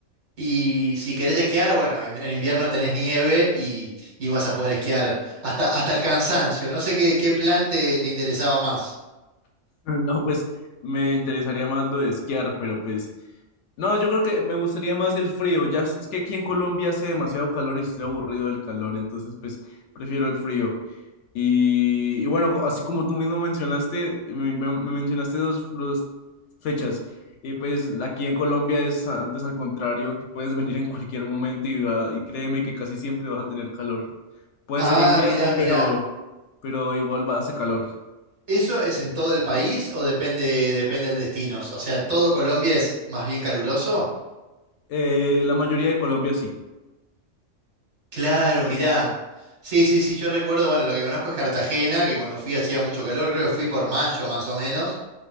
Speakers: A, on the right; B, on the left.
A: Y si querés esquiar, bueno, en, en invierno tenés nieve y, y vas a poder esquiar hasta, hasta el cansancio. No sé qué, qué plan te, te interesaba más.
B: <laughs> No, pues me interesaría más lo de esquiar, pero pues... No, yo creo que me gustaría más el frío. Ya es es que aquí en Colombia hace demasiado calor y estoy aburrido del calor, entonces pues prefiero el frío. Y, y bueno, así como tú mismo mencionaste, me, me- me mencionaste dos, dos fechas. Y pues aquí en Colombia es antes al contrario, tú puedes venir en cualquier momento y, va- y créeme que casi siempre vas a tener calor. Puede
A: Ah,
B: ser invierno,
A: mirá, mirá.
B: pero, pero igual va, hace calor.
A: ¿Eso es en todo el país o depende, depende del destino? O sea, ¿todo Colombia es más bien caluroso?
B: Eh, la mayoría de Colombia sí,
A: Claro,
B: casi.
A: mirá. Sí, sí, sí, yo recuerdo, bueno, lo que conozco es Cartagena, que cuando fui hacía mucho calor, creo que fui por mayo más o menos.